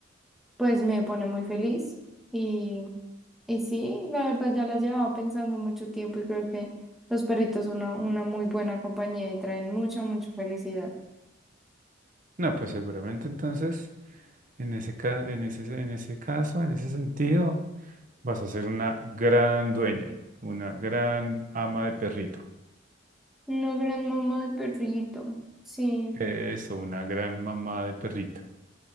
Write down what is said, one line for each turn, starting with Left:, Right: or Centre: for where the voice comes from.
Centre: Pues me pone muy feliz y, y sí, la verdad ya la llevaba pensando mucho tiempo y creo que los perritos son una, una muy buena compañía y traen mucha, mucha felicidad.
Right: No, pues seguramente entonces, en ese ca- en ese, en ese caso, en ese sentido, vas a ser una gran dueña, una gran ama de perrito.
Centre: Una gran mamá de perrito. Sí,
Right: Eso, una gran mamá de perrito.